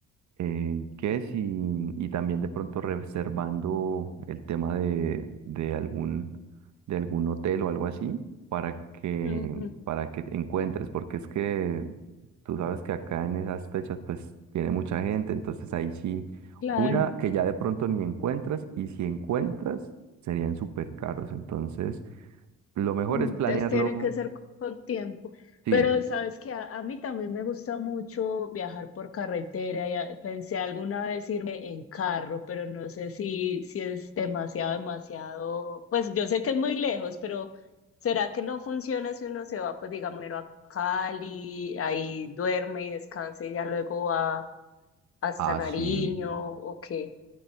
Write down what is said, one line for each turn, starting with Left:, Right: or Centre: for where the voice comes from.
Right: eh, ¿qué es? Y, y también de pronto reservando el tema de, de algún, de algún hotel o algo así para que,
Left: Ujú,
Right: para que te encuentres, porque es que tú sabes que acá en esas fechas pues viene mucha gente, entonces ahí sí,
Left: claro.
Right: una que ya de pronto ni encuentras y si encuentras serían súper caros, entonces lo mejor
Left: mm,
Right: es planearlo,
Left: Entonces tiene que ser con tiempo.
Right: sí.
Left: Pero sabes que a, a mí también me gusta mucho viajar por carretera. Ya pensé alguna vez irme en carro, pero no sé si, si es demasiado, demasiado. Pues yo sé que es muy lejos, pero ¿será que no funciona si uno se va, pues digamos, primero a Cali, ahí duerme y descansa y ya luego va hasta
Right: Ah,
Left: Nariño
Right: sí,
Left: o qué?